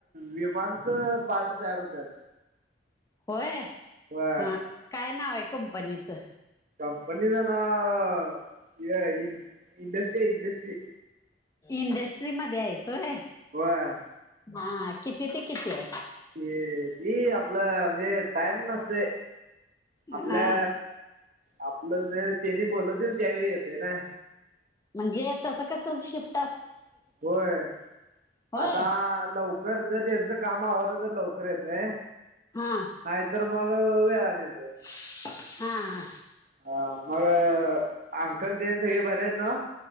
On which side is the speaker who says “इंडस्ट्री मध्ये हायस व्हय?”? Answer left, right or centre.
Left